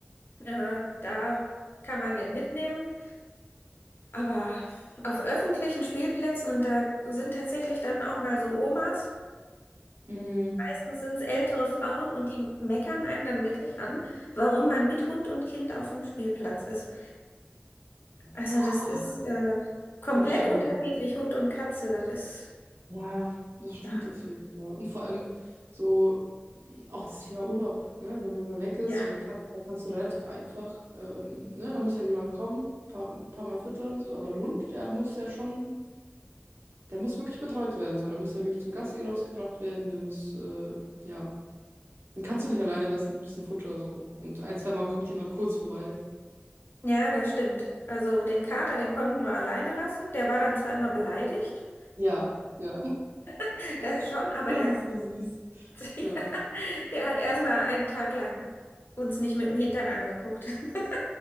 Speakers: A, on the left; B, on the right.
A: äh, da kann man den mitnehmen. Aber auf öffentlichen Spielplätzen, und da sind tatsächlich dann auch mal so Omas,
B: Mm,
A: meistens sind es ältere Frauen und die meckern einen dann wirklich an, warum man mit Hund und Kind auf dem Spielplatz ist. Also
B: Ja,
A: das ist äh, komplett
B: wirklich schlimm.
A: unterschiedlich, Hund und Katze. Das ist,
B: Ja, das stimmt
A: ja,
B: tatsächlich. Ja. Und vor allem so mh, auch das Thema Urlaub, ne? Wenn man mal weg ist,
A: ja,
B: so eine Katze, da kannst du relativ einfach, ähm, ne? Da muss halt jemand kommen, paar, paar Mal füttern, so. Aber ein Hund, der muss ja schon, der muss wirklich betreut werden, so. Der muss ja wirklich zum Gassi rausgebracht werden, der muss, äh, ja. Den kannst du nicht alleine lassen mit bisschen Futter, so. Und ein, zwei Mal kommt jemand kurz vorbei.
A: ja, das stimmt. Also den Kater, den konnten wir alleine lassen. Der war dann zwar immer beleidigt,
B: Ja, ja. <laughs>
A: <laughs> das schon, aber
B: Das
A: der
B: ist,
A: <laughs>
B: ja.
A: Der hat erstmal einen Tag lang uns nicht mit dem Hintern angeguckt. <laughs>